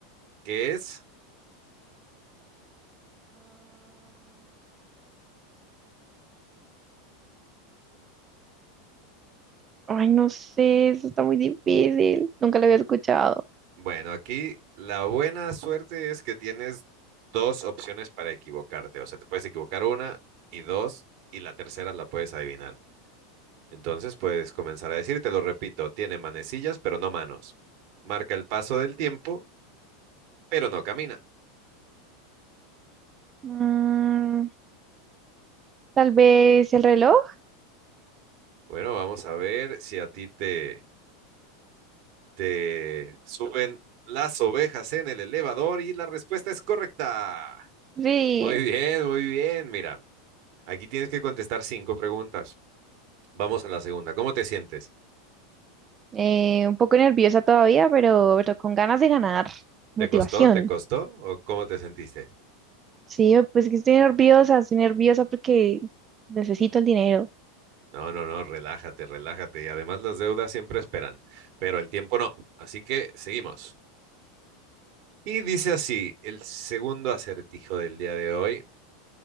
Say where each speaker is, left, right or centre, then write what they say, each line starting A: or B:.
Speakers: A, on the right; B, on the right.
A: ¿Qué es?
B: Ay, no sé, eso está muy difícil. Nunca lo había escuchado.
A: Bueno, aquí la buena suerte es que tienes dos opciones para equivocarte. O sea, te puedes equivocar una y dos, y la tercera la puedes adivinar. Entonces puedes comenzar a decir, te lo repito, tiene manecillas, pero no manos. Marca el paso del tiempo, pero no camina.
B: Mm, tal vez el reloj.
A: Bueno, vamos a ver si a ti te Te suben las ovejas en el elevador y la respuesta es correcta.
B: Sí,
A: Muy bien, muy bien. Mira, aquí tienes que contestar cinco preguntas. Vamos a la segunda. ¿Cómo te sientes?
B: eh, un poco nerviosa todavía, pero, pero con ganas de ganar. Motivación.
A: ¿Te costó? ¿Te costó? ¿O cómo te sentiste?
B: Sí, pues que estoy nerviosa, estoy nerviosa porque necesito el dinero.
A: No, no, no, relájate, relájate. Y además las deudas siempre esperan, pero el tiempo no. Así que seguimos. Y dice así, el segundo acertijo del día de hoy